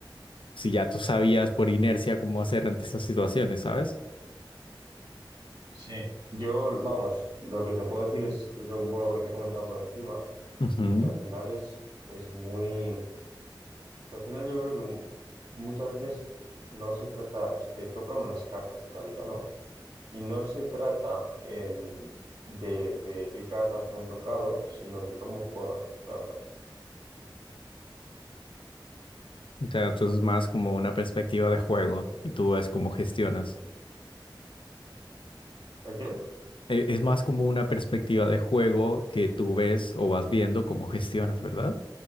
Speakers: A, on the left (about 80°); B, on the right (about 60°).
A: si ya tú sabías por inercia cómo hacer ante estas situaciones, ¿sabes?
B: Sí, Yo, vamos, lo que te puedo decir es, es lo, un poco lo que te he comentado por encima
A: Ujú.
B: y que al final es, es muy... o sea, al final yo creo que mu- muchas veces no se trata, o sea, te tocan unas cartas en la vida, ¿no? Y no se trata em, de, de qué cartas te han tocado, sino de cómo juegas tus cartas.
A: O sea, entonces es más como una perspectiva de juego y tú ves cómo gestionas.
B: ¿Ayer?
A: e- es más como una perspectiva de juego que tú ves o vas viendo cómo gestionas, ¿verdad?